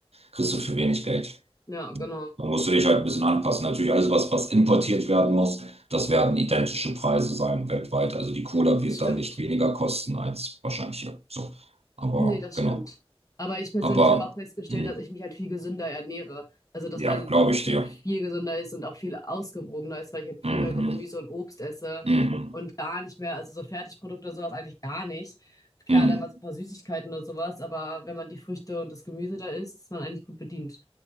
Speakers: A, on the right (about 80°); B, on the left (about 35°).
A: kriegst du für wenig Geld.
B: ja, genau.
A: Dann musst du dich halt ein bisschen anpassen. Natürlich alles, was, was importiert werden muss, das werden identische Preise sein weltweit. Also die Cola wird
B: Das stimmt.
A: dann nicht weniger kosten als wahrscheinlich hier. So. Aber
B: Nee, das
A: genau.
B: stimmt. Aber ich persönlich
A: Aber
B: habe auch festgestellt,
A: hm,
B: dass ich mich halt viel gesünder ernähre. Also, dass
A: ja,
B: meine
A: glaube ich
B: Diät
A: dir.
B: viel gesünder ist und auch viel ausgewogener ist, weil ich halt viel
A: Mhm,
B: mehr Gemüse und Obst esse
A: mhm,
B: und gar nicht mehr, also so Fertigprodukte und sowas eigentlich gar nicht. Klar,
A: mhm.
B: dann mal so ein paar Süßigkeiten oder sowas, aber wenn man die Früchte und das Gemüse da isst, ist man eigentlich gut bedient.